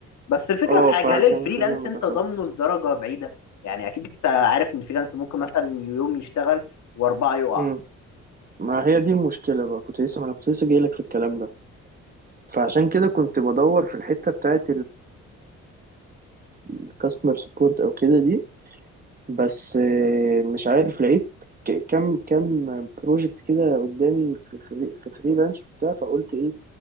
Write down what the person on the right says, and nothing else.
اه
فعشان
كده ما
دخلتش
مم. ما هي دي المشكلة بقى كنت لسه ما انا كنت لسه جايلك في الكلام ده فعشان كده كنت بدور في الحتة بتاعت الكاستمر سبورت او كده دي بس آه، مش عارف لقيت ك- كم كم بروجكت كده قدامي في في في فريلانس وبتاع فقلت ايه